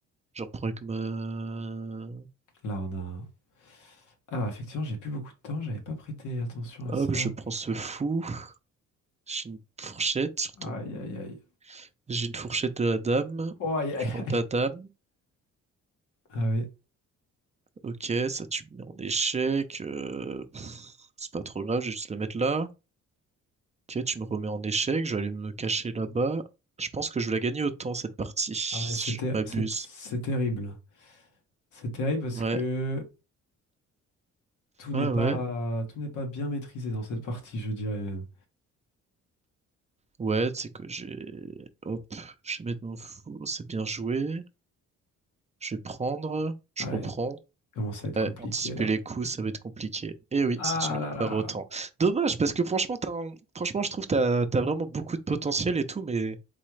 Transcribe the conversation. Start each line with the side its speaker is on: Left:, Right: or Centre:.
Right: Je reprends avec ma...
Left: Là, on a un... Alors, effectivement, j'ai plus beaucoup de temps. J'avais pas prêté attention à
Right: Hop,
Left: ça.
Right: je prends ce fou. J'ai une fourchette sur ton...
Left: Aïe, aïe, aïe.
Right: J'ai une fourchette de la dame.
Left: Oh, aïe, aïe,
Right: Je prends ta
Left: aïe.
Right: dame.
Left: Ah oui.
Right: Ok, ça tu me mets en échec. euh, pff, c'est pas trop grave, je vais juste la mettre là. Ok, tu me remets en échec. Je vais aller me cacher là-bas. Je pense que je vais la gagner autant cette partie, si
Left: Ah ouais, c'est ter-
Right: je ne m'abuse.
Left: c'est- c'est terrible. C'est terrible parce
Right: Ouais,
Left: que tout n'est
Right: ouais,
Left: pas...
Right: ouais.
Left: tout n'est pas bien maîtrisé dans cette partie, je dirais même.
Right: Ouais, tu sais que j'ai... Hop, je vais mettre mon fou. C'est bien joué. Je vais prendre. Je
Left: Ouais,
Right: reprends.
Left: commence à être
Right: Ouais,
Left: compliqué
Right: anticiper
Left: là.
Right: les coups, ça va être compliqué. Et oui,
Left: Ah
Right: c'est une
Left: là
Right: victoire
Left: là.
Right: autant. Dommage, parce que franchement, t'as un- franchement, je trouve que t'as, t'as vraiment beaucoup de potentiel et tout, mais